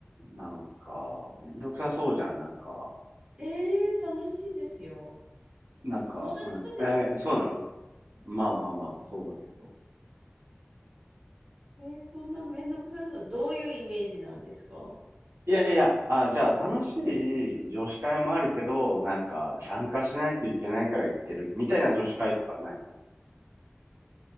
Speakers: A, on the right; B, on the right.
A: なんか、めんどくさそうじゃん。なんか、
B: えー、楽しいですよ。
A: なんか、
B: 友達とです。
A: うん。えーそうなのまあまあまあ、そうだけど。
B: えー、そんなめんどくさそう。どういうイメージなんですか
A: いやいや、あ、じゃあ楽しい女子会もあるけど、なんか参加しないといけないから行ってるみたいな女子会とかないの